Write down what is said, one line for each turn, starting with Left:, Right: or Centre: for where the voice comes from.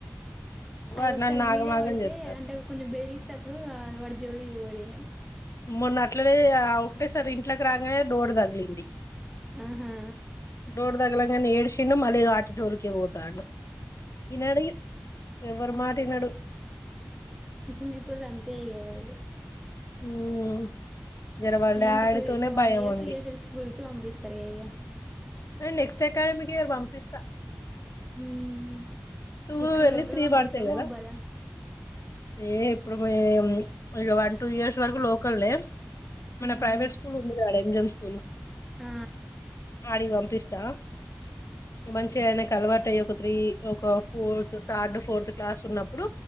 Centre: అది
Left: వాడు
Centre: ఒకసారి
Left: నన్ను
Centre: మీదే
Left: ఆగమాగం
Centre: బడితే
Left: చేస్తాడు
Centre: అంటే కొంచెం బెదిస్తే అప్పుడు అ పడి జోలికి బోరింక
Left: మొన్న అట్లనే ఒకటే సారీ ఇంట్లోకి రాగానే డోర్ తగిలింది
Centre: ఆహా
Left: డోర్దగ్లంగా ఏడ్సిండున మల్లి వాటి జాలికే బోతాండు ఈ <unintelligible> ఎవర్రు మాటినడు
Centre: ఈ చిన్నప్పుల్లు అంతే ఇగ వాళ్ళది
Left: ఉమ్ జర వాళ్ళ
Centre: ఇంక
Left: డాడీతోనే
Centre: టూ ఇంకా వన్
Left: భయం
Centre: ఇయర్
Left: ఉంది
Centre: టూ ఇయర్స్ అయితే స్కూల్ కి పంపిస్తారు గా ఇగ
Left: నెక్స్ట్ అకాడమికే పంపిస్తా
Centre: మ్మ్
Left: టూ
Centre: ఇక్కడ
Left: వెళ్ళి
Centre: లోకల
Left: త్రీ
Centre: పంపిస్తాము
Left: పడతాయి కదా
Centre: అబ్బాదా
Left: ఏ ఇప్పుడు మేం వన్ టూ ఇయర్స్ వరకు లోకల్నే మన
Centre: మ్మ్
Left: ప్రైవేట్ స్కూల్ ఉంది కద ఆడ ఎం జమ్ స్కూల్
Centre: ఆ
Left: ఆడికి పంపిస్తా మంచిగా ఆయనకి అలవాటు అయి ఒక త్రీ ఒక ఫోర్ థర్డ్ ఫోర్త్ క్లాస్ ఉన్నప్పుడు